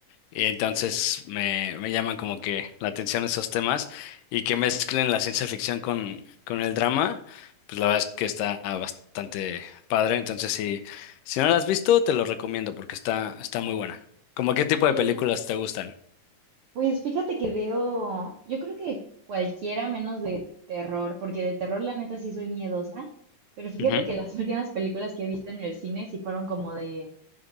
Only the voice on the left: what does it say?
Y entonces me, me llaman como que la atención esos temas y que mezclen la ciencia ficción con, con el drama, pues la verdad es que está bastante padre. Entonces, si, si no la has visto, te lo recomiendo porque está, está muy buena. ¿Cómo qué tipo
de películas te gustan?
Ujú.